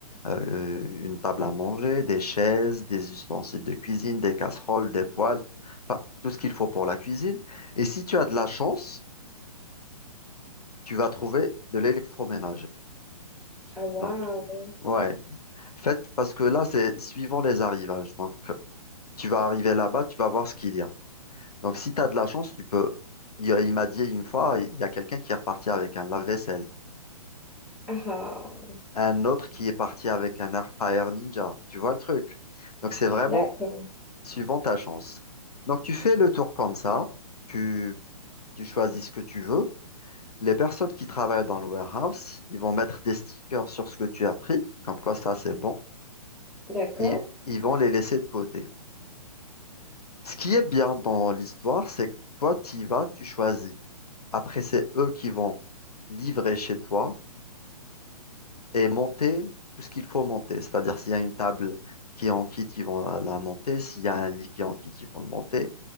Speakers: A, on the left; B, in the centre.
A: euh, une table à manger, des chaises, des ustensiles de cuisine, des casseroles, des poêles, enfin, tout ce qu'il faut pour la cuisine. Et si tu as de la chance, tu vas trouver de l'électroménager.
B: Ah waouh.
A: Donc, Ouais, Faites parce que là, c'est suivant les arrivages. Donc, tu vas arriver là-bas, tu vas voir ce qu'il y a. Donc, si tu as de la chance, tu peux. Il, y a- il m'a dit une fois, il y a quelqu'un qui est reparti avec un lave-vaisselle,
B: Ah, ah.
A: un autre qui est parti avec un air fryer ninja. Tu vois le truc? Donc, c'est vraiment
B: d'accord.
A: suivant ta chance. Donc, tu fais le tour comme ça, tu, tu choisis ce que tu veux. Les personnes qui travaillent dans le warehouse, ils vont mettre des stickers sur ce que tu as pris, comme quoi ça, c'est bon,
B: D'accord.
A: et ils vont les laisser de côté. Ce qui est bien dans l'histoire, c'est que toi, tu y vas, tu choisis. Après, c'est eux qui vont livrer chez toi et monter tout ce qu'il faut monter. C'est-à-dire, s'il y a une table qui est en kit, ils vont la, la monter. S'il y a un lit qui est en kit, ils vont le monter.